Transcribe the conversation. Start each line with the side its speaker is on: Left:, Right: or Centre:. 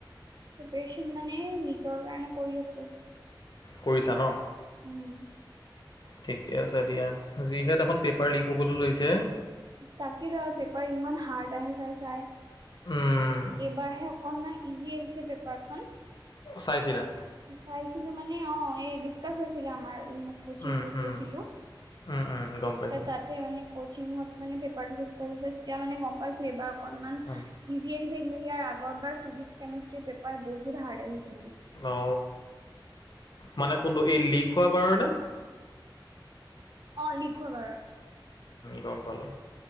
Right: প্ৰিপাৰেচন মানে নিজৰ কাৰণে কৰি আছো।
Left: কৰিছা ন।
Right: উম।
Left: ঠিকে আছে, দিয়া যিহে এখন পেপাৰ লিক হবলৈ লৈছে।
Right: তাকে ধ, পেপাৰ ইমান হাৰ্ড আহে, চাই, চাই।
Left: উম।
Right: এইবাৰহে অকনমান ইজি আহিছে পেপাৰখন।
Left: চাইছিলা?
Right: চাইছিলো মানে অ, এই ডিচকাচ হৈছিলে আমাৰ। মই কোচিংত
Left: উম উম
Right: গৈছিলো।
Left: উম উম গম পাইছো
Right: তাতে মানে কচিংত মানে পেপাৰটো তাৰপিছত এতিয়া মানে গম পাইছো, এইবাৰ অকনমান
Left: উম
Right: ইজি আহি কিন্তু ইয়াৰ আগৰাৰ ফিজিক্স, কেমিষ্ট্ৰিৰ পেপাৰ বহুত হাৰ্ড আহিছে মানে।
Left: অ, মানে কোনটো এই লিক হোৱাৰ কাৰণে।
Right: অ, লিখো বাৰু।
Left: গম পালোঁ